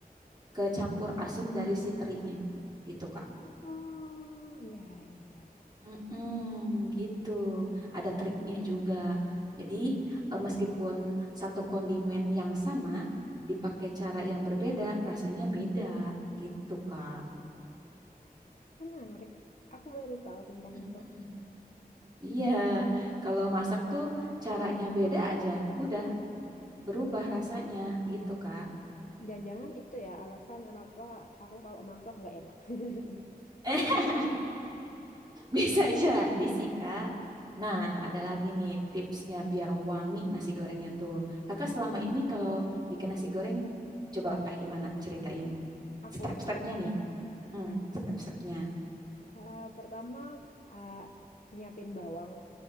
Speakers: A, on the right (about 25°); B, on the left (about 55°).
A: kecampur asin dari si terinya gitu, Kak.
B: Oh, ya ya ya.
A: Mm-mm, gitu. Ada triknya juga. Jadi, eh, meskipun satu kondimen yang sama, dipakai cara yang berbeda, rasanya beda gitu, Kak.
B: Menarik. Aku baru tahu tentang
A: Mm-mm.
B: itu.
A: Iya, kalau masak tuh caranya beda aja. Udah, berubah rasanya gitu, Kak.
B: Jangan-jangan itu ya alasan kenapa aku kalau masak nggak enak. <laughs>
A: Eh, <laughs> bisa jadi sih, Kak. Nah, ada lagi nih tipsnya biar wangi nasi gorengnya tuh. Kakak selama ini kalau bikin nasi goreng, coba kayak gimana? Ceritain.
B: Aku
A: Step-stepnya
B: kalau
A: nih. Mhm, step-stepnya.
B: eh, pertama eh, nyiapin bawang,